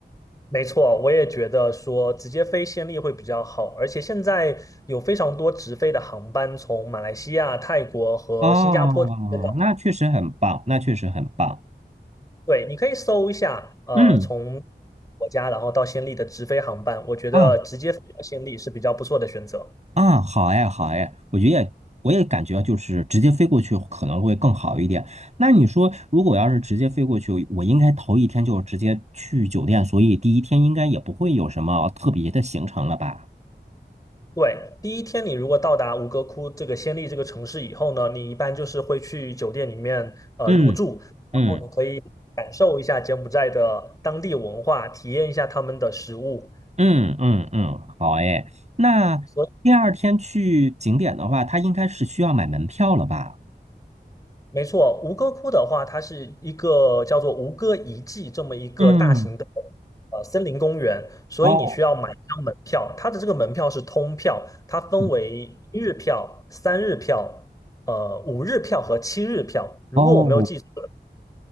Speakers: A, on the left; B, on the right.
A: 没错，我也觉得说直接飞暹粒会比较好，而且现在有非常多直飞的航班从马来西亚、泰国和新加坡直接到。
B: 哦，那确实很棒，那确实很棒，
A: 对，你可以搜一下，呃，
B: 嗯
A: 从国家然后到暹粒的直飞航班，我觉得直接飞到暹粒是比较不错的选择。
B: 啊。啊，好哎，好哎，我觉得也我也感觉就是直接飞过去可能会更好一点。那你说，如果要是直接飞过去，我应该头一天就直接去酒店，所以第一天应该也不会有什么特别的行程了吧？
A: 对，第一天你如果到达吴哥窟这个暹粒这个城市以后呢，你一般就是会去酒店里面呃入住，
B: 嗯嗯
A: 然后你可以感受一下柬埔寨的当地文化，体验一下他们的食物。
B: 嗯嗯嗯，好哎。那第二天去景点的话，
A: 所以。
B: 它应该是需要买门票了吧？
A: 没错，吴哥窟的话，它是一个叫做吴哥遗迹这么一个大型的
B: 嗯，
A: 呃森林公园，所以你需要买一张门票。
B: 哦，
A: 它的这个门票是通票，它分为一日票、
B: 嗯
A: 三日票、呃五日票和七日票。如果我没有记错，
B: 哦哦